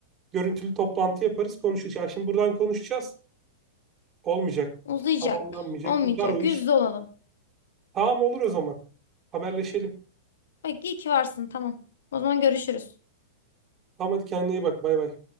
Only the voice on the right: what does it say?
görüntülü toplantı yaparız, konuşuruz. Ya şimdi buradan konuşacağız. Olmayacak.
Tamamlanmayacak.
Uzar o iş.
Tamam olur o zaman. Haberleşelim.
Tamam hadi kendine iyi bak. Bay bay.